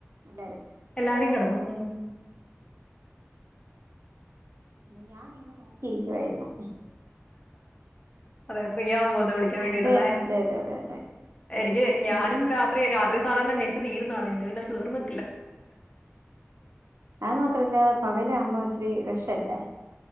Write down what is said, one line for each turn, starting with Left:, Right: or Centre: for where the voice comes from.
Right: ല്ലാരും
Left: എല്ലാരും കിടന്നു ഉം.
Right: ഇനി ഞാനിങ്ങനെ നോക്കിയിരിക്കുവായിരുന്നു
Left: അതെ ഫ്രീ ആകുമ്പോ ഒന്ന് വിളിക്കാൻ വേണ്ടിട്ട്
Right: അതെ
Left: അല്ലെ
Right: അതെ അതെ അതെ അതെ
Left: എനിക്ക്
Right: എന്നാ
Left: ഞാനും രാത്രി രാ സാധാരണ നെറ്റ് തീരുന്നതാണ് ഇന്ന് പിന്നെ തീർന്ന്
Right: അതുമാത്രമല്ല പകൽ ആകുമ്പോൾ ഇച്ചിരി വേശ് അല്ലെ